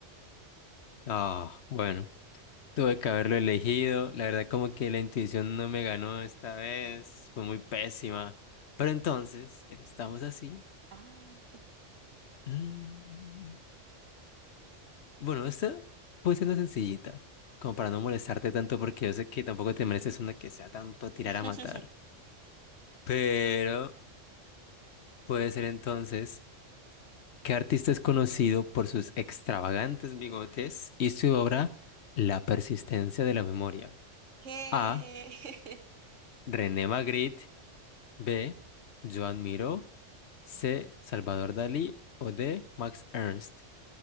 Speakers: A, on the left; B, on the right.
A: Ah, bueno, tuve que haberlo elegido. La verdad, como que la intuición no me ganó esta vez. Fue muy pésima. Pero entonces, ya que estamos así.
B: Ah.
A: mm, Bueno, esta puede ser una sencillita. Como para no molestarte tanto, porque yo sé que tampoco te mereces una que sea tanto a tirar
B: <laughs>
A: a matar. Pero puede ser entonces. ¿Qué artista es conocido por sus extravagantes bigotes y su obra La persistencia de la memoria?
B: ¿Qué?
A: A.
B: <laughs>
A: René Magritte. B. Joan Miró. C. Salvador Dalí. O D. Max Ernst.